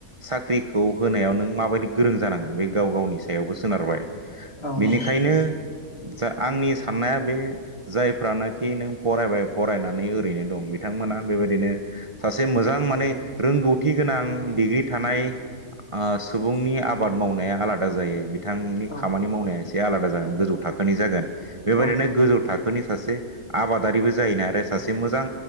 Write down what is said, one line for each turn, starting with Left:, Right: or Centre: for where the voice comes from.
Right: साख्रिखौ होनायाव नों माबायदि गोरोब गोरों जानांगोन बे गाव गावनि सायावबो सोनारबाय
Left: औ
Right: बेनिखायनो
Left: नंगौ
Right: जा आंनि साननाया बे जायफ्रानोखि नों फरायबाय फरायनानै ओरैनो दं बिथांमोना बेबायदिनो सासे मोजां माने रोंगौथि गोनां डिग्रि थानाय आ सुबुंनि आबाद मावनाया आलादा जायो बि बिथांनि
Left: औ
Right: खामानि मावनाया एसे आलादा जागोन गोजौ थाखोनि जागोन बेबायदिनो
Left: औ
Right: गोजौ था फोरनि सासे आबादारिबो जायैनो आरो सासे मोजां